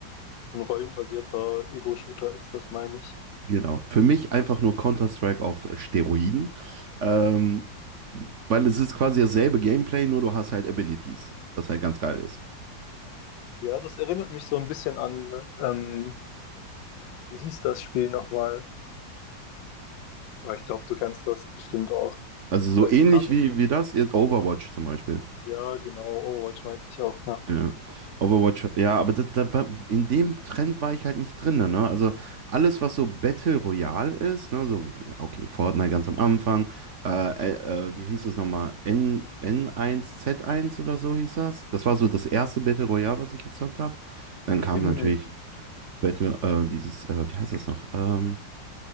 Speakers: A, on the left (about 85°); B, on the right (about 50°).
A: so ein rollenbasierter Ego-Shooter ist, das meine ich.
B: Genau. Für mich einfach nur Counter-Strike auf äh, Steroiden. Ähm, weil es ist quasi dasselbe Gameplay, nur du hast halt Abilities, das halt ganz geil ist.
A: Ja, das erinnert mich so ein bisschen an, ähm, wie hieß das Spiel nochmal? Aber Ich glaube, du kennst das bestimmt auch.
B: Also so
A: Da
B: ähnlich
A: kam jetzt,
B: wie, wie das, jetzt Overwatch zum Beispiel.
A: ja, genau, Overwatch meinte ich auch, ja.
B: Ja. Overwatch, ja, aber das, da, bei- in dem Trend war ich halt nicht drin, ne? Also alles, was so Battle Royale ist, ne, so, okay, Fortnite ganz am Anfang, äh, äh, äh, wie hieß das nochmal? N, n eins z eins oder so hieß das. Das war so das erste Battle Royale, was ich gezockt habe. Dann kam
A: Stimmt,
B: natürlich Battle, äh, dieses, äh, wie heißt das noch? Ähm,